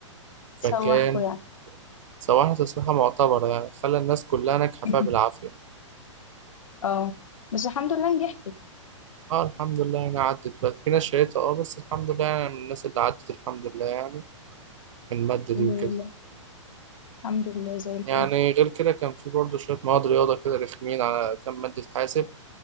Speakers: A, on the right; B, on the left.
A: فكان
B: سوحكوا يعني
A: سواها تسويحة معتبرة يعني خلى الناس كلها ناجحة
B: <laughs>
A: فيها بالعافية
B: اه بس الحمد لله نجحتوا
A: اه الحمد لله يعني عدت بقى في ناس شريتها اه بس الحمد لله يعني من الناس اللي عدت الحمد لله يعني من المادة
B: الحمد
A: دي وكده
B: لله الحمد لله زي الفل
A: يعني غير كده كان في برضه شوية مواد رياضة كده رخمين على كام مادة حاسب